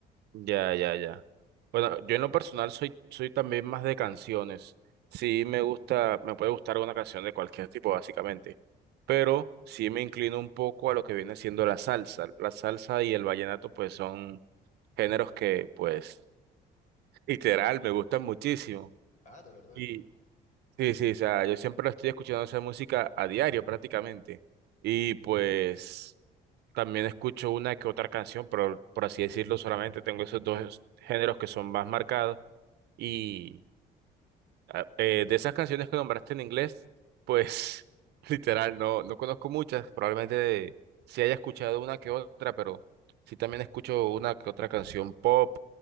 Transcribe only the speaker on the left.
Ah, de verdad.